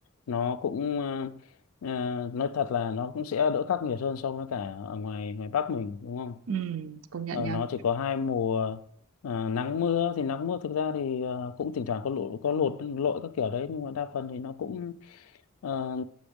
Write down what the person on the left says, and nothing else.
nó cũng ờ, ờ, nói thật là nó cũng sẽ đỡ khắc nghiệt hơn so với cả ở ngoài ngoài Bắc mình đúng không
Ờ,
nó chỉ có hai mùa ờ, nắng mưa thì nắng mưa thực ra thì ờ, cũng thỉnh thoảng có lụt có lụt lội các kiểu đấy nhưng mà đa phần thì nó cũng ờ,